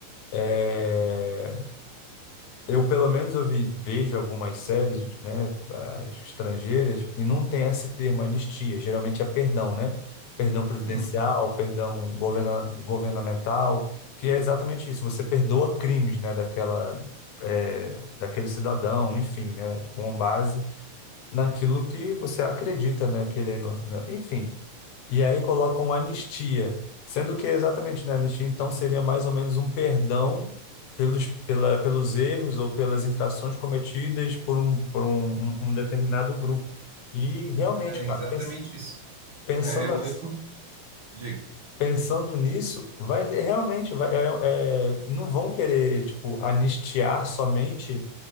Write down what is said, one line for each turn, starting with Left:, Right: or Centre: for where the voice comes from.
Left: É, eu pelo menos eu vi- vejo algumas séries, né, ah, estrangeiras e não tem esse termo anistia, geralmente é perdão, né? Perdão presidencial,
Right: Hum,
Left: perdão governa- governamental, que é exatamente isso. Você perdoa crimes, né, daquela é, daquele cidadão, enfim, né, com base naquilo que você acredita, né, que ele é ino... na- Enfim, e aí colocam anistia, sendo que é exatamente, né, anistia então seria mais ou menos um perdão pelos, pela, pelos erros ou pelas infrações cometidas por um, por um, um- um determinado grupo. E realmente,
Right: é
Left: cara,
Right: exatamente
Left: pens-
Right: isso.
Left: pensando,
Right: É, eu não,
Left: as-
Right: eu não digo.
Left: pensando nisso, vai é, realmente vai, é- é, não vão querer tipo anistiar somente